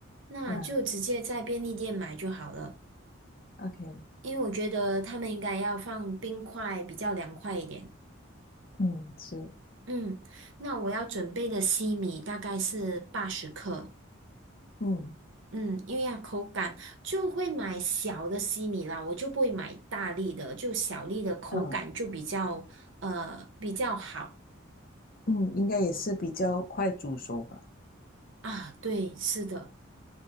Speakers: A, on the right; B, on the left.
A: 那就直接在便利店买就好了。
B: 啊，OK，
A: 因为我觉得他们应该要放冰块，比较凉快一点。
B: 嗯，是，
A: 嗯，那我要准备的西米大概是八十克。
B: 嗯
A: 嗯，因为要口感就会买小的西米啦，我就不会买大粒的，就小粒的口感就比较呃比较好
B: 啊，嗯，应该也是比较快煮熟吧。
A: 啊。对，是的。